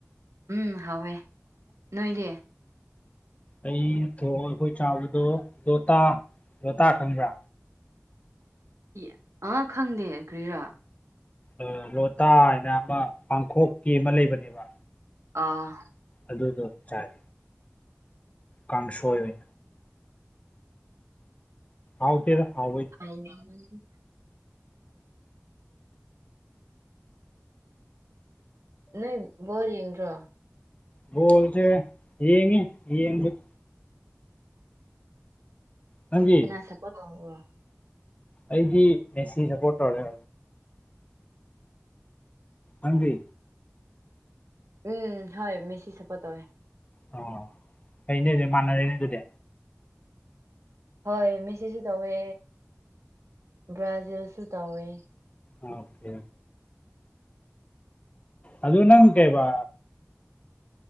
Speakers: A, on the right; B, on the left.
A: ꯎꯝ ꯍꯥꯎꯋꯦ ꯅꯣꯏꯗꯤ
B: ꯑꯩ ꯊꯣꯡꯉ‌ꯦ ꯑꯩꯈꯣꯏ ꯆꯥꯎꯕꯗꯣ ꯂꯣꯇꯥ ꯂꯣꯇꯥ ꯈꯪꯕ꯭ꯔꯥ
A: ꯏꯌꯥ ꯑꯥ ꯈꯪꯗꯦ ꯀꯔꯤꯔꯥ
B: ꯑ‌ ꯂꯣꯇꯥ ꯍꯥꯏꯅ ꯑꯃ ꯄꯥꯡꯈꯣꯛꯀꯤ ꯑꯃ ꯂꯩꯕꯅꯦꯕ
A: ꯑꯥ
B: ꯑꯗꯨꯗꯣ ꯆꯥꯏ ꯀꯥꯡꯁꯣꯏ ꯑꯣꯏꯅ ꯍꯥꯎꯇ‌ꯦꯗ ꯍꯥꯎꯕꯩ
A: <unintelligible> ꯅꯣꯏ ꯕꯣꯜ ꯌꯦꯡꯗ꯭ꯔꯣ
B: ꯕꯣꯜꯖ‌ꯦ ꯌꯦꯡꯉꯤ ꯌꯦꯡꯕꯩ ꯅꯪꯒꯤ
A: ꯀꯅꯥ ꯁꯞꯄꯣꯔꯠ ꯇꯧꯕ꯭ꯔꯣ
B: ꯑꯩꯗꯤ ꯃꯦꯁꯤ ꯁꯞꯄꯣꯔꯠ ꯇꯧꯔꯦ ꯅꯪꯗꯤ
A: ꯎꯝ ꯍꯣꯏ ꯃꯦꯁꯤ ꯁꯞꯄ‌ꯣꯔꯠ ꯇꯧꯋꯦ
B: ꯑꯣ ꯑꯩꯩꯅꯦ ꯑꯗꯨꯅꯦ ꯃꯥꯟꯅꯔ‌ꯦꯅꯦ ꯑꯗꯨꯗꯤ
A: ꯍꯣꯏ ꯃꯦꯁꯤꯁꯨ ꯇꯧꯋꯦ ꯕ꯭ꯔꯥꯖꯤꯜꯁꯨ ꯇꯧꯋꯦ
B: ꯑꯣꯀꯦ ꯑꯗꯨ ꯅꯪ ꯀꯩꯕ